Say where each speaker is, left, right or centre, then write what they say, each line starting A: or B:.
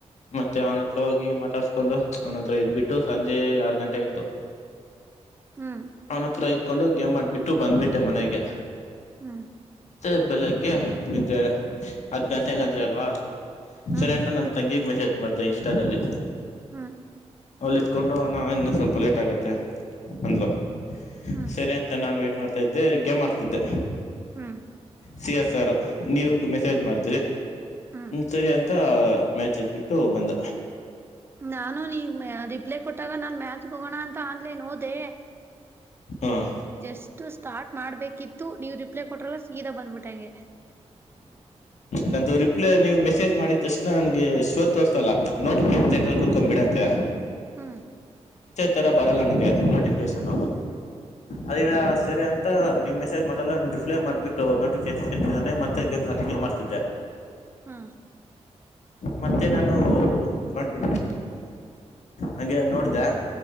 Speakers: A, on the left (about 75°); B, on the right (about 20°).
A: ಮತ್ತೆ ಅವ್ನ ಹತ್ರ ಹೋಗಿ ಮಾತಾಡ್ಸ್ಕೊಂಡು ಅವ್ನ ಹತ್ರ ಇದ್ಬಿಟ್ಟು ಸಂಜೆ ಆರು ಗಂಟೆ <inaudible>
B: ಹ್ಮ್
A: ಅವನ ಹತ್ರ ಇಕೊಂಡು ಗೇಮ್ ಮಾಡ್ಬಿಟ್ಟು ಬಂದ್ಬಿಟ್ಟೆ ಮನೆಗೆ
B: ಹ್ಮ
A: ಅ ಬೆಲೆಗ್ಗೆ ಹೆಡ್ ಹತ್ತು ಗಂಟೆಗ ಅಂದ್ರ
B: ಹ್ಮ್
A: ಅಲ್ವಾ
B: ಹ್ಮ್
A: ಸರಿ ಅಟ ನಮ್ಮ ತಂಗಿಗೆ ಮೆಸೇಜ್ ಮಾಡಿದೆ ಇನ್ಸ್ಟಾದಲ್ಲಿ
B: ಹ್ಮ
A: ಅಲ್ಲಿ ಇತ್ಕೊಂಡು ಅಣ ಇನ್ನು ಸ್ವಲ್ಪ ಲೇಟ್ ಆಗತ್ತೆ ಅಂದ್ಲು
B: ಹ್ಮ್
A: ಸರಿ ಅಂತ ನಾನು ವಟ್ ಮಾಡ್ತಾದ್ದೆ ಗೇಮ್ ಆಡ್ತಿದ್ದೆ
B: ಹ್ಮ್
A: ಸಿ ಎಸ್ ಆರ್ ನೀವ ಮೆಸೇಜ್ ಮಾಡಿದ್ರಿ
B: ಹ್ಮ್
A: ಸರಿ ಅಂತ ಮ್ಯಾಚ್ ಎದ್ಬಿಟ್ಟು ಬಂದ
B: ನಾನು ನೀವ ಮ ರಿಪ್ಲೈ ಕೊಟ್ಟಾಗ ನಾನ್ ಮ್ಯಾಚ್ಗೆ ಹೋಗೋಣ ಅಂತ ಆನ್ಲೈನ್ ಓದೆ
A: ಹ
B: ಜಸ್ಟ್ ಸ್ಟಾರ್ಟ್ ಮಾಡ್ಬೇಕಿತ್ತು ಇತ್ತು ನೀವ್ ರಿಪ್ಲೈ ಕೊಟ್ರಲ್ಲ ಸಗೀದಾ ಬಂದ್ಬಿಟ್ಟ ಹಂಗೆ
A: ನಂದುದು ರಿಪ್ಲೈ ನೀವು ಮೆಸೇಜ್ ಮಾಡಿದ ತಕ್ಷಣ ನನಗೆ ಶೋ ತೋರಿಸತೋಲ್ಲ ನೋಟಿಫಿಕೇಶನ್ ಸೆಟ್ರಲ್ಲಿ ಕುತ್ಕೊಂಡು ಬಿಡತ್ತೆ
B: ಹ್ಮ
A: ಥರ ಬರೋಲ್ಲ ನನಗೆ ನೋಟಿಫಿಕೇಶನ್ನು ಅದ ಸರಿ ಅಂತ ನೀ್ ಮೆಸೇಜ್ ಮಾಡಲ್ಲ ರಿಪ್ಲೈ ಮಾಡಿಬಿಟ್ಟು ನೋಟಿಫಿಕೇಶನ್ ಮತ್ತೆ ಗೇಮ್ ಕಂಟಿನ್ಯೂ ಮಾಡ <inaudible>
B: ಹಾ
A: ಮತ್ತೆ ನಾನು ಇದ ಮಾಡ್ಬಿಟ್ಟೆ ಹಂಗೆ ನೋಡ್ದ